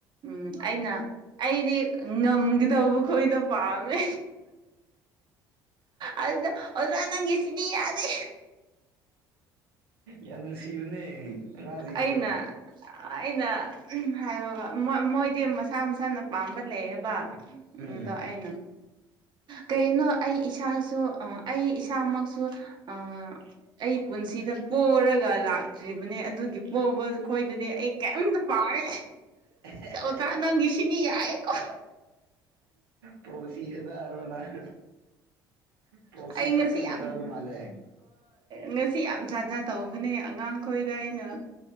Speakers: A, on the right; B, on the right.
A: ꯎꯝ ꯑꯩꯅ ꯑꯩꯗꯤ ꯉꯝꯒꯗꯧꯕ ꯈꯣꯏꯗꯣ ꯄꯥꯝꯃꯦ ꯑꯗꯨꯗ ꯑꯣꯖꯥ ꯅꯪ ꯁꯤꯗꯤ ꯌꯥꯗꯦ
B: ꯌꯥꯝ ꯅꯨꯡꯁꯤꯕꯅꯦ ꯑꯉꯥꯡꯁꯤꯡꯁꯨ
A: ꯑꯩꯅ ꯑꯩꯅ ꯍꯥꯏꯕꯒ ꯃꯣꯏꯗꯤ ꯃꯁꯥ ꯃꯁꯥꯅ ꯄꯥꯝꯕ ꯂꯩꯌꯦꯕ
B: ꯎꯝ
A: ꯑꯗ ꯑꯩꯅ ꯀꯩꯅꯣ ꯑꯩ ꯏꯁꯥꯁꯨ ꯑꯩ ꯏꯁꯥꯃꯛꯁꯨ ꯑ ꯑꯩ ꯄꯨꯟꯁꯤꯗ ꯄꯣꯔꯒ ꯑꯗꯨꯒ ꯂꯥꯛꯇ꯭ꯔꯤꯕꯅꯦ ꯑꯗꯨꯒꯤ ꯄꯣꯕ ꯈꯣꯏꯗꯨꯗꯤ ꯑꯩ ꯀꯩꯝꯇ ꯄꯥꯔꯦ
B: ꯑꯍꯦ ꯍꯦ
A: ꯉ ꯅꯪꯒꯤꯁꯤꯅꯤ ꯌꯥꯏꯌꯦ ꯀꯣ
B: ꯄ꯭ꯔꯣꯁꯤ ꯁꯥꯅꯔ ꯅꯪ ꯄ꯭ꯔꯣꯁꯤ
A: ꯑꯩ
B: ꯀ꯭ꯔꯛ
A: ꯉꯁꯤ
B: ꯀ꯭ꯔꯛꯖ
A: ꯌꯥꯝ
B: ꯃꯥꯂꯦ
A: ꯉꯁꯤ ꯌꯥꯝ ꯖꯥꯠ ꯖꯥꯠ ꯇꯧꯕꯅꯦ ꯑꯉꯥꯡꯈꯣꯏꯗ ꯑꯩꯅ